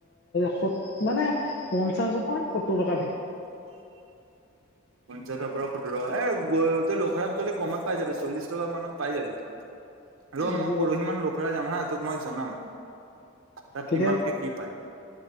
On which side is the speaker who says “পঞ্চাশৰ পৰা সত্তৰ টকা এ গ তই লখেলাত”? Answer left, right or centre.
Right